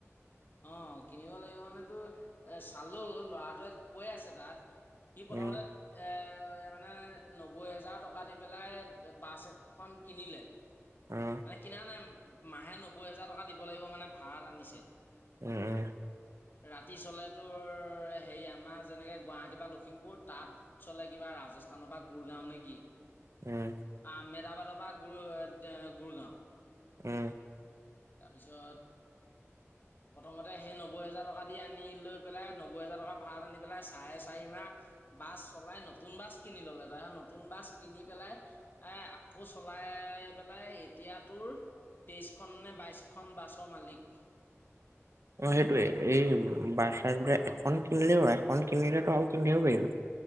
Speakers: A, on the left; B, on the right.
A: অ কিনিব লাগিব মানে তোৰ এ চালো ল'ৰাটোৱে কৈ আছে তাত সি প্ৰথমতে
B: উম,
A: এ মানে নব্বৈ হেজাৰ টকা দি পেলাই বাছ এখন কিনিলে,
B: উম।
A: মানে কিনা নাই, মাহে নব্বৈ হোজাৰ টকা দিব লাগিব মানে ভড়াত আনিছে,
B: উম উম।
A: ৰাতি চলে তোৰ হেৰি আমাৰ যেনেকৈ গুৱাহাটী বা লখিমপুৰ তাত চলে কিবা ৰাজস্থানৰ পৰা গুৰগাঁও নেকি
B: উম।
A: আমেদাবাদৰ পৰা গু-গুৰগাঁও।
B: উম।
A: তাৰপিছত প্ৰথমতে সেই নব্বৈ হোজাৰ টকা দি আনি লৈ পেলাই নব্বৈ হাজাৰ টকা ভাঢ়াত আনি পেলাই চাৰে চাৰি মাহ বাছ চলাই নতুন বাছ কিনি ললে তাৰছত নতুন বাছ কিনি পেলাই এ আকৌ চলাই পেলাই এতিয়া তোৰ তেইশখননে বাইছখন বাছৰ মালিক।
B: অ সেইটোৱে এই বাচ চাছবিলাক এখন কিনিলে হল, এখন কিনিলেতো আৰু কিনি থাকিব পাৰিবি।